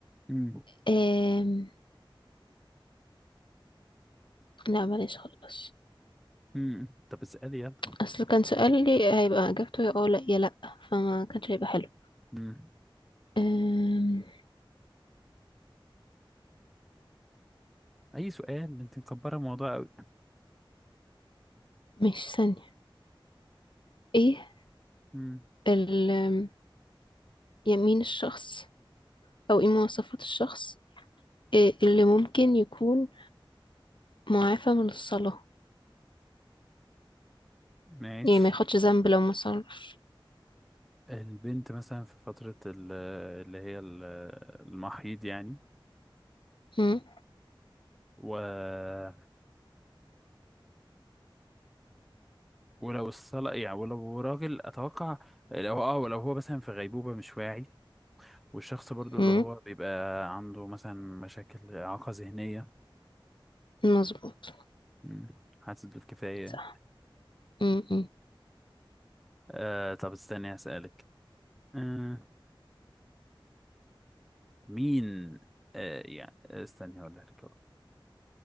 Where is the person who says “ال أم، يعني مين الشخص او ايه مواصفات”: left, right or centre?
Left